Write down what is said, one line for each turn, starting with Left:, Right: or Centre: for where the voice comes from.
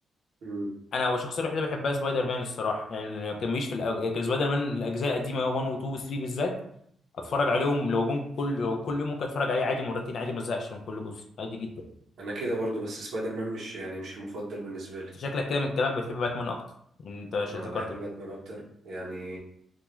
Right: امم
Left: انا الشخصيه الوحيده اللي بحبها سبايدر مان الصراحه يعني ما كانش في الأج... كان سبايدر مان الاجزاء القديمه 1 و 2 و 3 بالذات اتفرج عليهم لو جم كل لو كل يوم ممكن اتفرج عليه عادي مرتين عادي ما ازهقش من كل جزء عادي جدا
Right: انا كده برضو بس سبايدر مان مش يعني مش المفضل بالنسبه لي
Left: شكلك كده من كلامك بتحب باتمان اكتر من انت ش-
Right: انا
Left: ذكرته
Right: بحب باتمان اكتر يعني